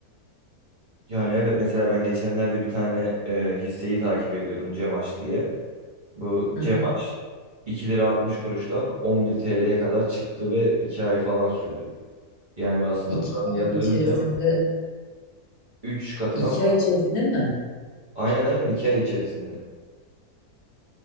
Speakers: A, on the right; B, on the left.
A: Yani evet mesela ben geçenlerde bir tane e, hisseyi takip ediyordum Cemaş diye. Bu
B: Hı
A: Cebaş
B: hı.
A: 2 lira 60 kuruştan 11 TL'ye kadar çıktı ve 2 ay falan sürdü. Yani aslında
B: İki
A: paranı
B: ay
A: yatırınca
B: içerisinde
A: 3 katına
B: iki
A: falan
B: ay içerisinde mi?
A: aynen aynen 2 ay içerisinde.